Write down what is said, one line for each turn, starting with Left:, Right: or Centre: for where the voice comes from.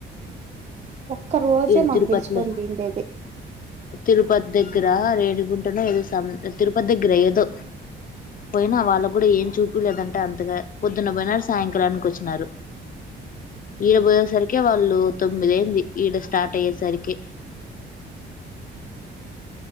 Right: ఒక్క రోజే
Left: ఏడు
Right: మాకు
Left: తిరుపతిలోన
Right: పిలుచుకొని పోయిండేది
Left: తిరుపతి దగ్గర రేనుగ్ గుంటానో ఏదో తిరుపతి దగ్గర ఏదో పోయినార్ వాళ్ళ కూడా ఏం చూపిలేదంటే అంతగా పొద్దున్న పోయినార్ సాయంకాలనికి వచ్చినారు ఈడ పోయిసరికే వాళ్ళు తొమ్మిది అయింది ఈడ స్టార్ట్ అయ్యే సరికి